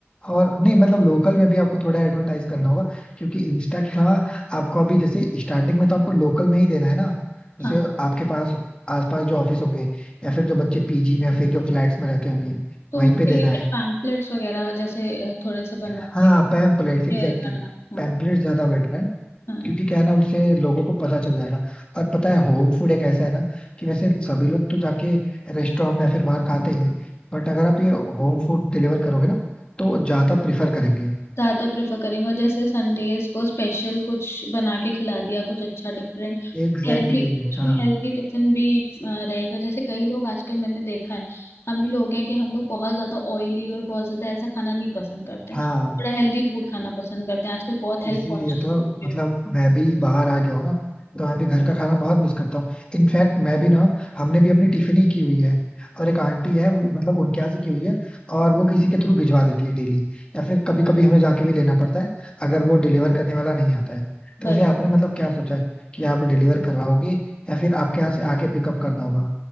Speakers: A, on the left; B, on the left.
A: और नहीं मतलब लोकल में भी आपको थोड़ा एडवर्टाइज करना होगा क्योंकि इंस्टा के अलावा आपको अभी जैसे स्टार्टिंग में तो आपको लोकल में ही देना है ना जैसे
B: हाँ
A: आपके पास आसपास जो ऑफिस होंगे या फिर जो बच्चे पीजी में या फिर जो फ्लैट्स में रहते होंगे
B: तो
A: वहीं
B: उनके
A: पे देना
B: लिए क्या
A: है
B: पैम्पलेट्स वगैरह जैसे अ, थोड़े से बनवा
A: हाँ
B: के
A: पैम्पलेट्स
B: शेयर
A: एग्जैक्टली
B: करना हाँ
A: पैम्पलेट्स ज्यादा बेटर है
B: हाँ
A: क्योंकि क्या है ना उससे लोगों को पता चल जाएगा और पता है होम फूड एक ऐसा है ना कि वैसे सभी लोग तो जाके रेस्टोरेंट में या फिर बाहर खाते ही हैं बट अगर आप ये होम फूड डिलीवर करोगे ना तो ज्यादा प्रिफर करेंगे
B: ज्यादा प्रेफर करेंगे और जैसे संडेज को स्पेशल कुछ बना के खिला दिया कुछ अच्छा डिफरेंट
A: एग्जैक्टली
B: हेल्दी
A: exactly,
B: उसमें
A: हाँ
B: हेल्दी टिफिन भी अ, रहेगा जैसे कई लोग आजकल मैंने देखा है हम ही लोग हैं कि हम लोग बहुत ज्यादा ऑयली और बहुत ज्यादा ऐसा खाना नहीं पसंद करते हैं
A: हाँ
B: थोड़ा हेल्दी फूड खाना पसंद करते हैं आजकल बहुत हेल्थ
A: इसीलिए
B: कॉन्शियस
A: तो
B: लोग भी
A: मतलब
B: हो
A: मैं भी बाहर आ गया हूँ ना तो मैं भी घर का खाना बहुत मिस करता हूँ इनफैक्ट मैं भी ना हमने भी अपनी टिफिन ही की हुई है और एक आंटी है वो मतलब उनके यहाँ से की हुई है और वो किसी के थ्रू भिजवा देती है डेली या फिर कभी कभी हमें जाके भी लेना पड़ता है अगर वो डिलीवर करने वाला नहीं आता है तो
B: वही
A: वैसे आपने मतलब क्या सोचा है कि आप डिलीवर करवाओगे या फिर आपके यहाँ से आके पिकअप करना होगा